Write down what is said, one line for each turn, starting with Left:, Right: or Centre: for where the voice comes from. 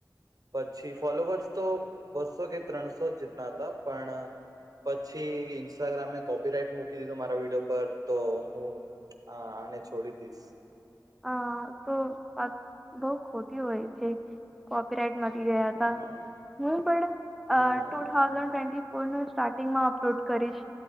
Right: પછી ફોલોવર્સ તો બસો કે ત્રણસો જ જીતના હતા પણ પછી ઇન્સ્ટાગ્રામે કોપી રાઈટ મૂકી દીધું મારા વિડીિયો પર તો હું આને છોડી દીશ
Centre: હ તો વાત બહ ખોટી હોય છે કોપીરાઈટ ગયા
Right: હમ
Centre: હું પણ
Right: હમ
Centre: ટુ થાઉઝડ હું સ્ટાર્ટિંગમાં અપલોડ કરીશ